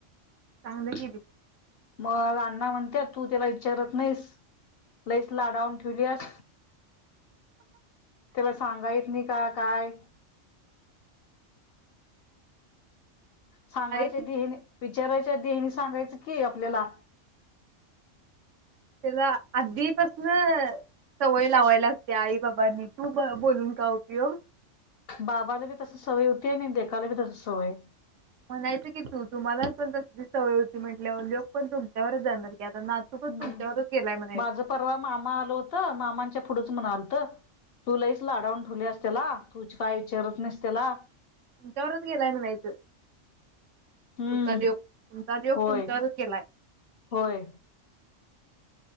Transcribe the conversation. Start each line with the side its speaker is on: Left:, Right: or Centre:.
Right: चांगलं
Left: <inaudible>
Right: गेली
Left: मग अण्णा म्हण त्यात तू त्याला विचारत नाहीस. लईच लाडावून ठेवलीयास. त्याला सांगाय येत नाही काय? सांगायच्या
Right: आई
Left: आदि हेनी विचारा त्या देवी सांगायचं की आपल्याला <inaudible>
Right: त्याला आधीपसन सवय लावाय लाग त्या आई-बाबांनी तू काय बोलून काय उपयोग?
Left: बाबाला बी तस सवय होतीय आणि लेकला बी तसी सवय.
Right: म्हणायच की, तू तुम्हाला पण तसलीच सवय होती म्हंटल्यावर ल्योक पण तुमच्यावरच जाणार. की आता नातू पण
Left: हम्म,
Right: तुमच्यावरच गेलाय म्हणायचं
Left: माझ परवा मामा आल होत मामांच्या पुढ म्हणालत तु लईच लाडावून ठेवल्यास त्याला तुच काय विचारत नाहीस त्याला
Right: तुमच्यावरच गेलाय म्हणायचं.
Left: हम्म
Right: तुमचा ल्योक, तुमचा ल्योक
Left: होय
Right: तुमच्यावरच गेलाय. <inaudible>
Left: होय